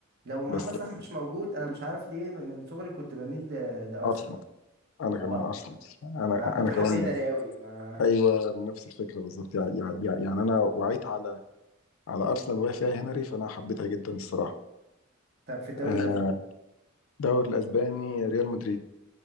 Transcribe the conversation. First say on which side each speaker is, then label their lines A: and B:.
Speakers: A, on the right; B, on the left.
A: لو محمد
B: بس
A: صلاح مش موجود انا مش عارف ليه من من صغري كنت بميل ل- لارسنال
B: ارسنال انا كمان
A: اه
B: ارسنال انا
A: ما كنت
B: انا
A: بحب
B: كمان
A: هنري قوي ما
B: ايوه نفس الفكره بالظبط يعني, يعني يعني انا وعيت على على ارسنال وهي فيها هنري فانا حبيتها جدا الصراحه
A: طب في الدوري
B: آه،
A: الاسباني
B: الدوري الاسباني ريال مدريد